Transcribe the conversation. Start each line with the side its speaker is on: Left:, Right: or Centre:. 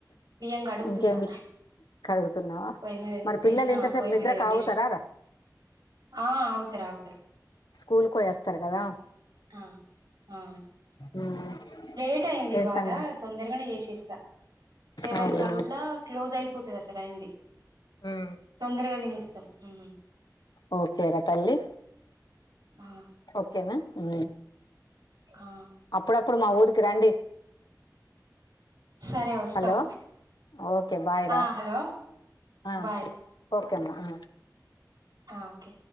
Right: బియ్యం కడుగుతున్నా
Left: ఇంకేం విష్ కడుగుతున్నావా
Right: పోయి మీద
Left: మరి
Right: పెట్టేషీనా
Left: పిల్లలు ఇంతసేపు
Right: పోయి
Left: నిద్ర
Right: మీద పెట్టేషినా
Left: కాగుతారా రా
Right: ఆ అవున్ తరఘుతర్
Left: స్కూల్ కు వోయాస్తారు కదా
Right: ఆ ఆ
Left: ఉమ్
Right: లేటైంది
Left: ఏ
Right: ఇవాళ్ళ
Left: సంగ
Right: తొందరగానే చేసేస్తా సెవెన్
Left: అవునా
Right: కాళ్ళ క్లోజ్ అయిపోతాంది అసలు అయింది
Left: ఉమ్
Right: తొందరగా తినెస్ తం హుహు
Left: ఒకేరా తల్లి
Right: ఆ
Left: ఒకేనాహ్మ్
Right: ఆ
Left: అప్పుడప్పుడు మా ఊరికి రండి
Right: సరే వస్తాం
Left: హలో ఒకే బాయ్ రా
Right: ఆ హలో
Left: ఆ
Right: బాయ్
Left: ఒకే అమ్మ ఆ
Right: హా ఒకే